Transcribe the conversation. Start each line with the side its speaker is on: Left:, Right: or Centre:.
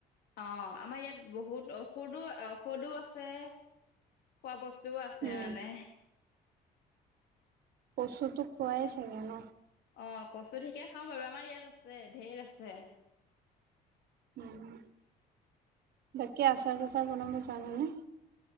Left: অঁ আমাৰ ইয়াত বহুত ঔষধো ঔষধো আছে। খোৱা বস্তুও আছে
Right: উম
Left: মানে।
Right: কচুতো খোৱাই চাগে ন?
Left: অঁ কচু ঠিকে খাওঁ বাৰু আমাৰ ইয়াত আছে ঢেৰ আছে।
Right: উম, বাকী আচাৰ চাচাৰ বনাব জানা নে?